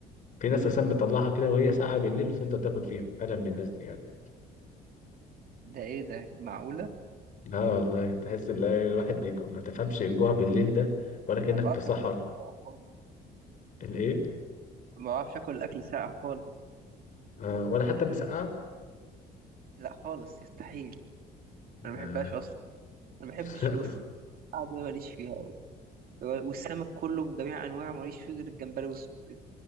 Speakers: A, on the left; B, on the right.
A: في ناس اساسا بتطلعها كده وهي ساعه بالليل وتفضل تاكل فيها انا من الناس دي يعني
B: ده إيه ده معقولة؟
A: اه والله تحس ان الواحد بيكون ما تفهمش الجوع بالليل ده ولا كانك
B: ما بعرفش
A: في صحراء
B: آكل أكل ساقع خالص
A: الايه
B: ما بعرفش آكل أكل ساقع خالص
A: آه، ولا حتى مسقعه
B: لا خالص يستحيل أنا ما
A: آه.
B: بحبهاش أصلا أنا ما
A: <laughs>
B: بحبش بص القعدة دي ماليش فيها أوي والسمك كله بجميع أنواعه ماليش فيه غير الجمبري والصبيط